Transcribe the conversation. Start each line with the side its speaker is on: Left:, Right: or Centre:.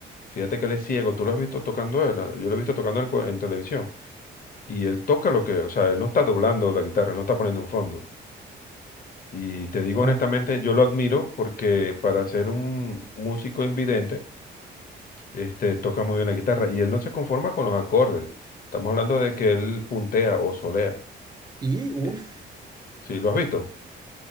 Left: Fíjate que él es ciego, tú lo has visto tocando, a él, Ah, yo lo he visto tocando a él co- en televisión, y él toca lo que, o sea, él no está doblando la guitarra, él no está poniendo un fondo. Y te digo
Right: Ok.
Left: honestamente, yo lo admiro porque para ser un músico invidente, este, toca muy bien la guitarra y él no se conforma con los acordes. Estamos hablando de que él puntea o solea.
Right: Sí, uff.
Left: Eh, ¿sí lo has visto?